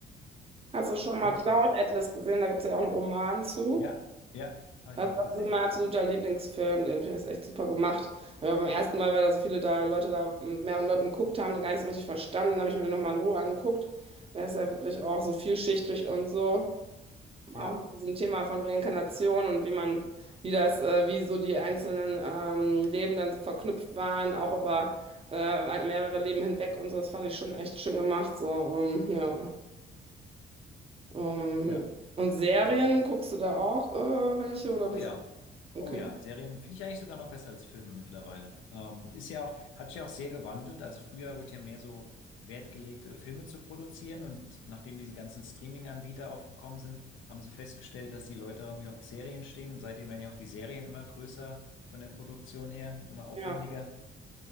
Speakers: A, on the right; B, on the left.
A: Hast du schon
B: Eigentlich
A: mal Cloud
B: so.
A: Atlas gesehen? Da gibt es ja auch einen Roman zu.
B: Ja, ja, habe
A: Also
B: ich auch
A: das
B: gesehen.
A: ist mein absoluter Lieblingsfilm, den finde ich ist echt super gemacht. Aber beim ersten Mal, weil da so viele da Leute da mit mehreren Leuten geguckt haben, gar nicht so richtig verstanden, habe ich mir den nochmal in Ruhe angeguckt. Der ist ja wirklich auch so vielschichtig und so. Auch
B: Ja,
A: mit diesem Thema von Reinkarnation und wie man, wie das, äh, wie so die einzelnen ähm, Leben dann so verknüpft waren, auch über äh, mehrere Leben hinweg und so. Das fand ich schon echt schön gemacht. So, ähm, ja. Ähm,
B: ja.
A: und Serien, guckst du da auch äh, welche oder
B: Oh
A: bist
B: ja.
A: Okay.
B: Oh ja, Serien finde ich eigentlich sogar noch besser als Filme mittlerweile. Ähm, ist ja auch, hat sich ja auch sehr gewandelt. Also früher wurde ja mehr so Wert gelegt, äh, Filme zu produzieren und nachdem diese ganzen Streaming-Anbieter aufgekommen sind, haben sie festgestellt, dass die Leute irgendwie auf Serien stehen und seitdem werden ja auch die Serien immer größer von der Produktion her, immer aufwendiger.
A: Ja.